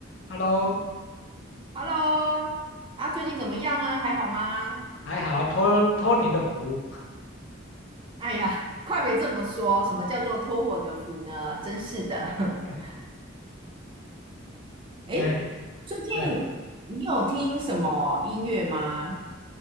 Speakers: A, on the left; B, on the right.
A: Hello，
B: Hello，啊，最近怎么样啊？还好吗？
A: 还好托托您的福。
B: 哎呀，快别这么说，什么叫做托我的福呢？真是的。
A: <laughs>
B: <laughs> 诶，
A: 哎，
B: 最近
A: 对，
B: 你有听什么音乐吗？